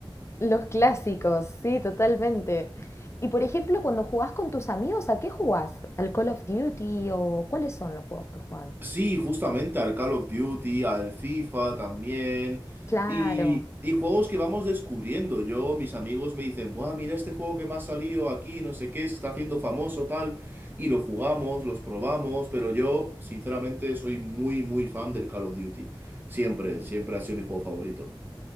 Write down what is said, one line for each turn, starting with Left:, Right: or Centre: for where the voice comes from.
Left: Los clásicos, sí, totalmente. Y por ejemplo, cuando jugás con tus amigos, ¿a qué jugás? ¿Al Call of Duty o cuáles son los juegos que juegan?
Right: Sí, justamente al Call of Duty, al FIFA también,
Left: Claro.
Right: y, y juegos que vamos descubriendo. Yo, mis amigos me dicen, Buah, mira este juego que me ha salido aquí, no sé qué, se está haciendo famoso, tal, y lo jugamos, los probamos, pero yo, sinceramente, soy muy, muy fan del Call of Duty. Siempre, siempre ha sido mi juego favorito.